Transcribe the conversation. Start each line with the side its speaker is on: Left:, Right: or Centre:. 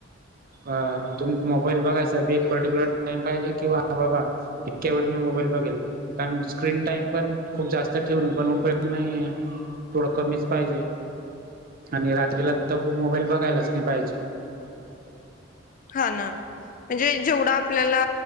Right: अ तुम्ही मोबाईल बघाय साठी एक पर्टिक्युलर टाइम पाहिजे किंवा हा बाबा इतक्या वेळ मी मोबाईल बघेल कारण स्क्रीन टाइम पण खूप जास्त ठेवून पण उपयोग नाहीये. थोडं कमीच पाहिजे आणि रात्रीला तर मोबाईल बघायलाच नाही पाहिजे
Left: हा ना म्हणजे जेवढा आपल्याला